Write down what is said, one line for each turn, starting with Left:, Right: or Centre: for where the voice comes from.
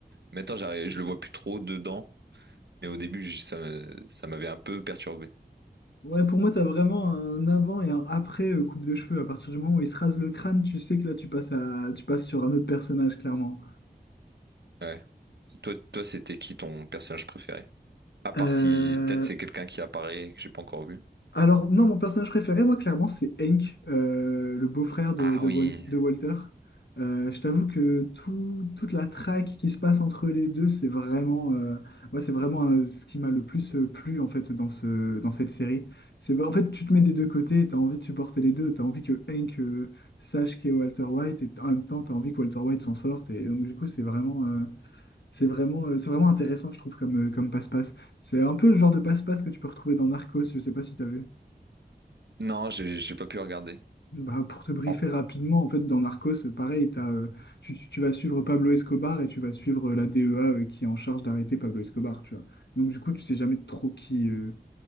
Right: Maintenant, j'arrive, je le vois plus trop dedans, mais au début, j- ça, me- ça m'avait un peu perturbé.
Left: Ouais, pour moi, t'as vraiment un avant et un après euh, coupe de cheveux. À partir du moment où il se rase le crâne, tu sais que là, tu passes à, tu passes sur un autre personnage, clairement.
Right: Ouais. Et toi, toi, c'était qui ton personnage préféré? À part
Left: Euh,
Right: si peut-être c'est quelqu'un qui apparaît et que j'ai pas encore vu.
Left: Alors, non, mon personnage préféré, moi, clairement, c'est Hank, euh, le beau-frère de,
Right: Ah
Left: de,
Right: oui.
Left: Wal- de Walter. Euh, je t'avoue que tout- toute la traque qui se passe entre les deux, c'est vraiment, euh, moi, c'est vraiment euh, ce qui m'a le plus euh, plu, en fait, dans ce, dans cette série. C'est, vrai- en fait, tu te mets des deux côtés, tu as envie de supporter les deux, tu as envie que Hank euh, sache qui est Walter White, et en même temps, tu as envie que Walter White s'en sorte. Et donc, du coup, c'est vraiment, euh, c'est vraiment, euh, c'est vraiment intéressant, je trouve, comme, euh, comme passe-passe. C'est un peu le genre de passe-passe que tu peux retrouver dans Narcos, je sais pas si tu as vu.
Right: Non, j'ai j'ai pas pu regarder.
Left: Bah, pour te briefer
Right: Oh.
Left: rapidement, en fait, dans Narcos, euh, pareil, t'as, euh, tu, tu- tu vas suivre Pablo Escobar et tu vas suivre euh, la DEA euh, qui est en charge d'arrêter Pablo Escobar, tu vois. Donc, du coup, tu sais jamais trop qui, euh,